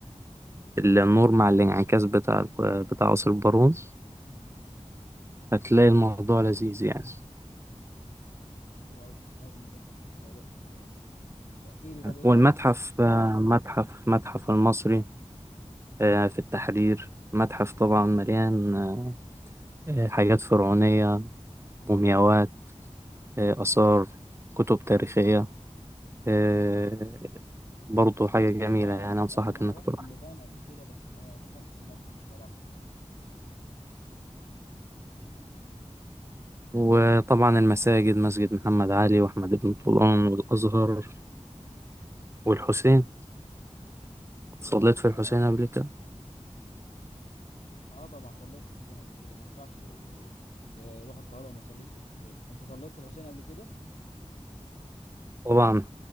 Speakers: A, on the right; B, on the left.
A: النور مع الانعكاس بتاع بتاع قصر البارون هتلاقي الموضوع لذيذ يعني
B: حلو أوي لازم أظبط نفسي وأروح هناك برضه احكي لي طب ايه
A: والمتحف
B: تاني
A: آه، متحف متحف المصري آه، في التحرير متحف طبعا مليان آه، آه، حاجات فرعونية مومياوات آه، آثار كتب تاريخية آه، برضو حاجة جميلة
B: ايوه عارف
A: يعني أنصحك
B: ايوه انا
A: إنك
B: رحت
A: تروح
B: الميدان قبل كده بس ما دخلتش المتحف بصراحه
A: وطبعا المساجد مسجد محمد علي وأحمد بن طولون والأزهر والحسين صليت في
B: اه
A: الحسين قبل كده
B: اه طبعا صليت في الحسين قبل كده ما ينفعش آه، تروح القاهره وما تصليش في الحسين انت صليت في الحسين قبل كده
A: طبعا